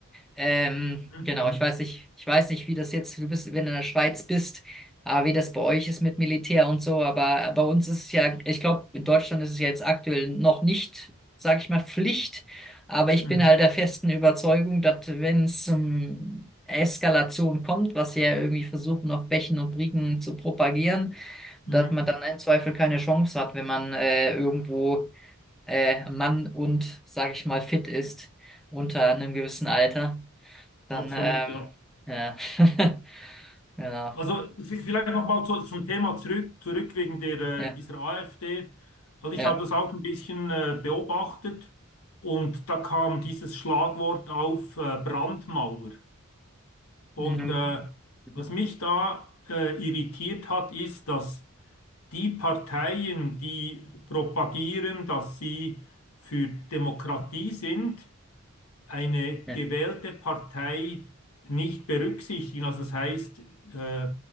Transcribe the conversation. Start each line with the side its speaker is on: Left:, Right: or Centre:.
Centre: Ähm,
Left: Mhm.
Centre: genau,
Left: Mhm.
Centre: ich weiß nicht, ich weiß nicht, wie das jetzt, du bist, wenn du in der Schweiz bist, ah, wie das bei euch ist mit Militär und so, aber bei uns ist es ja, ich glaube, in Deutschland ist es ja jetzt aktuell noch nicht, sag ich mal, Pflicht, aber ich
Left: Mhm.
Centre: bin halt der festen Überzeugung, dass wenn es ähm, Eskalation kommt, was sie ja irgendwie versuchen, auf Bächen und Brücken zu propagieren, dass
Left: Mhm.
Centre: man dann im Zweifel keine Chance hat, wenn man äh, irgendwo äh, Mann und, sag ich mal, fit ist unter einem gewissen Alter. Dann,
Left: Absolut,
Centre: ähm,
Left: ja.
Centre: ja, <laughs> genau,
Left: Also v- vielleicht nochmal zu, zum Thema zurück, zurück wegen der,
Centre: ja,
Left: äh, dieser AfD. Also
Centre: ja,
Left: ich habe das auch ein bisschen äh, beobachtet und da kam dieses Schlagwort auf äh, Brandmauer. Und
Centre: Mhm.
Left: äh,
Centre: Mhm.
Left: was mich da äh, irritiert hat, ist, dass die Parteien, die propagieren, dass sie für Demokratie sind, eine
Centre: ja,
Left: gewählte Partei nicht berücksichtigen. Also das heißt, äh,